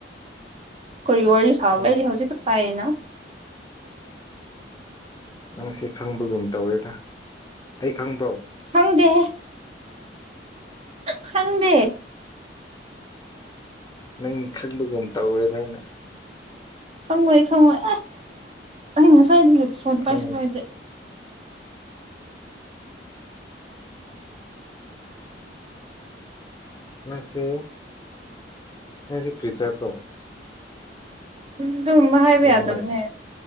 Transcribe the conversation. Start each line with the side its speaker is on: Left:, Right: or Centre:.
Right: ꯀꯔꯤ ꯋꯥꯔꯤ ꯁꯥꯕ꯭ꯔꯥ
Left: ꯎꯝ
Right: ꯑꯩꯗꯤ ꯍꯧꯖꯤꯛꯀ ꯄꯥꯏꯌꯦꯅ
Left: ꯅꯪ ꯁꯤ ꯈꯪꯕꯒꯨꯝ ꯇꯧꯔꯦꯗ ꯑꯩ ꯈꯪꯕ꯭ꯔꯣ
Right: ꯈꯪꯗꯦ ꯈꯪꯗꯦ
Left: ꯅꯪ ꯈꯪꯕꯒꯨꯝ ꯇꯧꯔꯦꯅ ꯑꯅ
Right: ꯈꯪꯉꯣꯏ ꯈꯪꯉꯣꯏ ꯑꯦ ꯑꯍꯤꯡ ꯉꯁ꯭ꯥꯏꯏꯗꯒꯤ ꯐꯣꯟ
Left: ꯈꯪꯉꯦ
Right: ꯄꯥꯏꯁꯨ ꯄꯥꯏꯗꯦ
Left: ꯅ ꯁꯤ ꯅ ꯁꯤ ꯀꯔꯤꯆꯥꯔ ꯄꯣ
Right: ꯑꯗꯨꯒꯨꯝꯕ ꯍꯥꯏꯕ
Left: ꯔꯣꯡꯃꯩ
Right: ꯌꯥꯗꯕꯅꯦ